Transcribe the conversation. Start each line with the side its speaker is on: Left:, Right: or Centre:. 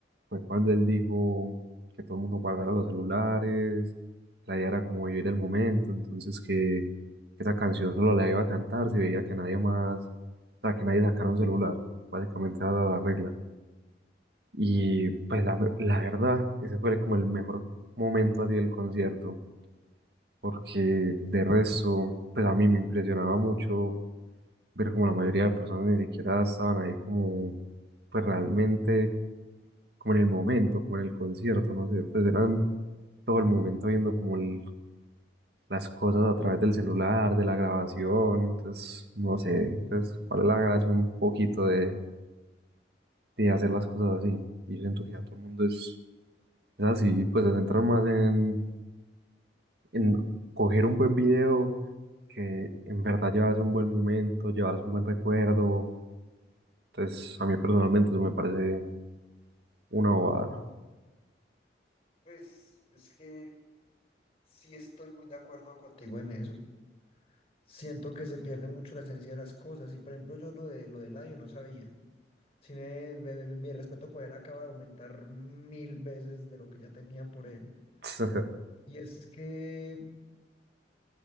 Right: fue cuando él dijo que todo el mundo guardara los celulares, la idea era como vivir el momento, entonces que, esa canción solo la iba a cantar si veía que nadie más, o sea, que nadie sacara un celular, básicamente era la regla. Y pues la, la verdad, ese fue como el mejor momento así del concierto, porque de resto, pues a mí me impresionaba mucho ver como la mayoría de personas ni siquiera estaban ahí como, pues realmente como en el momento, como en el concierto, no sé, pues eran todo el momento viendo como el- las cosas a través del celular, de la grabación, entonces no sé, pues cuál es la gracia un poquito de, de hacer las cosas así. Y yo siento que ya todo el mundo es, es así, pues se centran más en, en coger un buen video que en verdad llevarse un buen momento, llevarse un buen recuerdo. Entonces a mí personalmente eso me parece una bobada.
Left: Pues es que sí estoy muy de acuerdo contigo. en eso. Siento que se pierde mucho la esencia de las cosas y por ejemplo yo lo de lo del audio no sabía. Sí, me, me- mi respeto por él acaba de aumentar mil veces de lo que ya tenía por él.
Right: <laughs>
Left: Y es que,